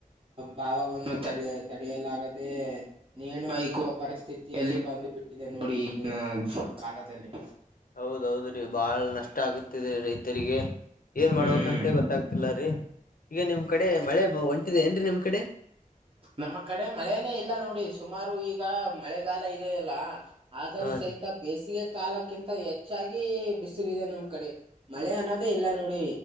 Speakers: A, on the right; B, on the left.
A: ಭಾವವನ್ನು ತಡ ತಡೆಯಲಾಗದೆ ನೇಣು ಹಾಕಿವ ಪರಿಸ್ಥಿತಿ ಯಲ್ಲಿ ಬಂದು ಬಿಟ್ಟಿದೆ ನೋಡಿ ಈಗಿನ ಕಾಲದಲ್ಲಿ.
B: ಹೌದೌದ್ರಿ ಬಾಳ ನಷ್ಟ ಆಗತಿದೆ ರೈತರಿಗೆ ಏನ್ ಮಾಡಬೇಕಂತ
A: ಹ್ಮ್
B: ಗೊತ್ತಾಗ್ತಿಲ್ಲರೀ ಈಗ ನಿಮ್ ಕಡೆ ಮಳೆ ಒಂಟಿದೆ ಏನ್ರೀ ನಿಮ್ ಕಡೆ
A: ನಮ್ಮ ಕಡೆ ಮಳೆನೇ ಇಲ್ಲ ನೋಡಿ ಸುಮಾರು ಈಗ ಮಳೆಗಾಲ ಇದೆ ಅಲ್ಲಾ ಆದರೂ
B: ಹಾ
A: ಸಹಿತ
B: ರೀ
A: ಬೇಸಿಗೆ ಕಾಲಕ್ಕಿಂತ ಹೆಚ್ಚಾಗಿ ಬಿಸಿಲಿದೆ ನಮ್ ಕಡೆ ಮಳೆ ಅನ್ನೋದೇ ಇಲ್ಲ ನೋಡಿ